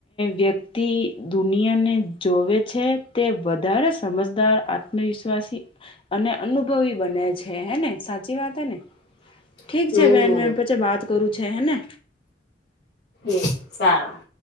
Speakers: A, on the left; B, on the left.
A: વ્યક્તિ દુનિયાને જોવે છે તે વધારે સમજદાર આત્મવિશ્વાસી અને અનુભવી બને છે. હે ને સાચી વાત હૈ ને.
B: <inaudible>
A: ઠીક
B: હમ
A: છે બેન મેં પછી વાત કરું છે હેને.
B: એ સારું.